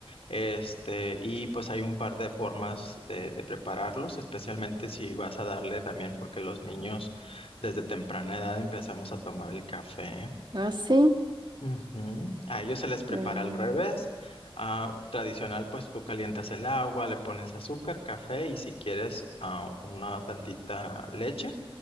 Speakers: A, on the left; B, on the right.
A: Este, y pues hay un par de formas de, de prepararlos, especialmente si vas a darle también, porque los niños desde temprana edad empezamos a tomar el café. ¿eh?
B: Ah, sí.
A: Ujú. A ellos se les prepara
B: Ah,
A: al revés. Ah, tradicional, pues tú calientas el agua, le pones azúcar, café y si quieres ah, una tantita leche